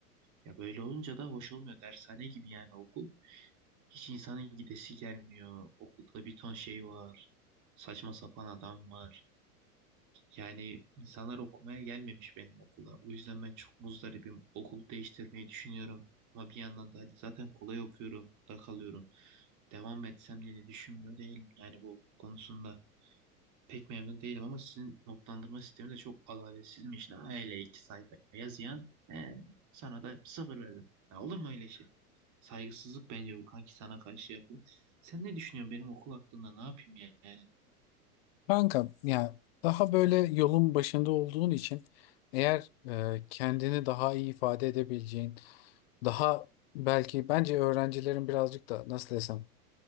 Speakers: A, on the right; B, on the left.
A: Ya böyle olunca da hoş olmuyor. Dershane gibi yani okul. Hiç insanın gidesi gelmiyor. Okulda bir ton şey var. Saçma sapan adam var. Yani insanlar okumaya gelmemiş benim okula. O yüzden ben çok muzdaribim. Okul değiştirmeyi düşünüyorum. Ama bir yandan da hadi zaten kolay okuyorum. Burada kalıyorum. Devam etsem diye de düşünmüyor değilim yani bu okul konusunda pek memnun değilim ama sizin notlandırma sistemi de çok adaletsizmiş lan. Hele iki sayfa yazıyan ee, sana da sıfır verdim. Ya olur mu öyle şey? Saygısızlık bence bu kanki sana karşı yapılan. Sen ne düşünüyorsun benim okul hakkında ne yapayım ya- yani?
B: Kanka ya daha böyle yolun başında olduğun için eğer e, kendini daha iyi ifade edebileceğin daha belki bence öğrencilerin birazcık da nasıl desem